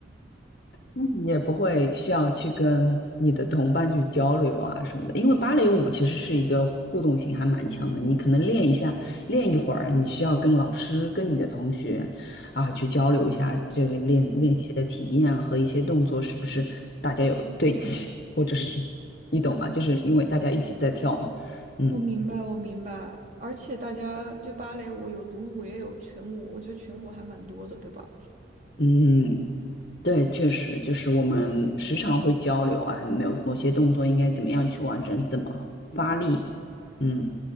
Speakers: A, on the left; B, on the right.
A: 嗯你也不会需要去跟你的同伴去交流啊什么的。因为芭蕾舞其实是一个互动性还蛮强的，你可能练一下，练一会儿，你需要跟老师、跟你的同学啊去交流一下这个练练习的体验啊和一些动作是不是大家有对齐，或者是你懂吗？就是因为大家一起在跳嘛，嗯。
B: 我明白，我明白。而且大家就芭蕾舞有独舞也有群舞，我觉得群舞还蛮多的，对吧？
A: 嗯，对，确实就是我们时常会交流，哎，没有某些动作应该怎么样去完成，怎么发力。嗯，